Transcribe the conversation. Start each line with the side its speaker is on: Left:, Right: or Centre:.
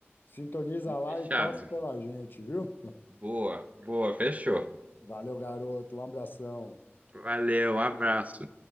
Left: Sintoniza lá
Right: Fechado.
Left: e torce pela gente, viu?
Right: Boa, boa, fechou.
Left: Valeu, garoto. Um abração.
Right: Valeu, um abraço.